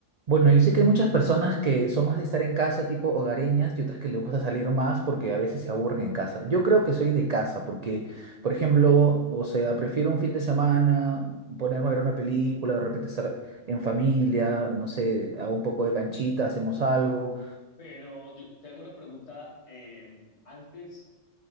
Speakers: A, on the right (about 70°); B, on the left (about 30°).
A: Bueno, yo sé que hay muchas personas que son más de estar en casa, tipo hogareñas, y otras que les gusta salir más porque a veces se aburren en casa. Yo creo que soy de casa porque, por ejemplo, o sea, prefiero un fin de semana ponerme a ver una película, de repente estar en familia, no sé, hago un poco de canchita, hacemos algo.
B: Pero yo te hago una pregunta. eh, antes,